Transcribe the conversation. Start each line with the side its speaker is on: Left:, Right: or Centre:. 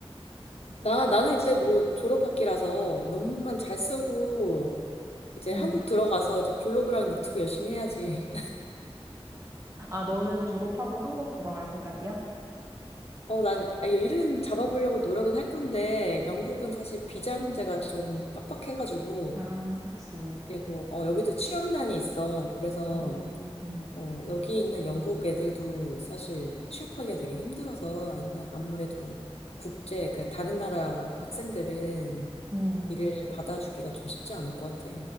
Left: 나, 나는 이제 뭐 졸업학기라서 논문만 잘 쓰고 이제
Right: 음.
Left: 한국 들어가서 이제 블로그랑 유튜브 열심히 해야지.
Right: 아, 너는 졸업하고 한국 돌아갈 생각이야?
Left: 어, 난, 아, 이거 일은 잡아보려고 노력은 할 건데, 영국은 사실 비자 문제가 좀 빡빡해가지고,
Right: 아, 그치.
Left: 그리고, 어, 여기도 취업난이 있어. 그래서,
Right: 음, 음,
Left: 어, 여기 있는 영국 애들도 사실 취업하기가 되게 힘들어서, 안, 아무래도 국제, 그러니까 다른 나라 학생들은
Right: 음.
Left: 일을 받아주기가 좀 쉽지 않을 것 같아.